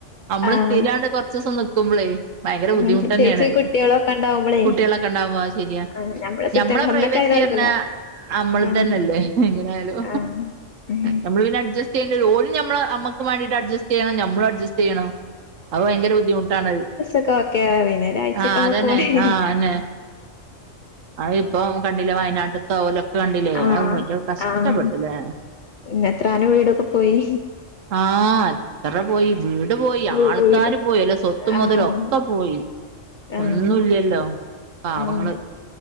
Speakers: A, on the right; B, on the left.
A: നമ്മള്
B: ആഹ്
A: സ്ഥിരാണ്ട് കുറച്ച ദിവസം നിക്കുമ്പളേ ഭയങ്കര ബുദ്ധിമുട്ട്
B: ഉം പ്രത്യേകിച്ച്
A: തന്നെയാണ്ത്.
B: കുട്ടികളൊക്കെ ഉണ്ടാവുമ്പളേ
A: കുട്ടികളൊണ്ടാവുമ്പോയത് ശെരിയാ.
B: ആഹ് ഞമ്മളെ
A: ഞമ്മെളെ
B: സ്വത്ത സ്വന്തക്കായാലും
A: പ്രൈവസി ശെര്ക്കുപ്പറഞ്ഞ
B: കൊഴപ്പല്ല
A: അമ്മെള്
B: ആഹ്
A: തന്നല്ലേ എങ്ങനൊയാലും.
B: ആഹ് ഉം
A: നമ്മള് പിന്നെ അഡ്ജസ്റ്റ് ചെയ്യേണ്ടി വെരും. ഒരു നമ്മെള് നമ്മെക്ക് വേണ്ടിട്ട് അഡ്ജസ്റ്റ് ചെയ്യണം നമ്മെളും അഡ്ജസ്റ്റ് ചെയ്യണോ. അത് ഭയങ്കര ബുദ്ധിമുട്ടാണത്.
B: ഇപ്പോ ഓകെയാവും പിന്നെ ഒരാരാഴ്ച്ചക്കെ
A: ആഹ് അതന്നെ
B: പൊക്കോളിൻ.
A: ആഹ് അന്നെ അത് ഇപ്പൊ കണ്ടില്ലേ വയനാട് കണ്ടില്ലേ
B: ആഹ്
A: അ <unintelligible> കഷ്ടപ്പെട്ടില്ലേ
B: ആഹ് പിന്നെ മെത്രാന് വീടൊക്കെ പോയി.
A: ആഹ് അത്ര പോയി വീട് പോയി
B: വീ
A: ആൾക്കാരും
B: വീട്
A: പോയി. അല്ല സ്വത്ത് മൊതലൊ.
B: ആഹ്
A: പോയി
B: ആഹ്
A: ഒന്നുല്ലില്ലോ പാവങ്ങള്.
B: ആഹ്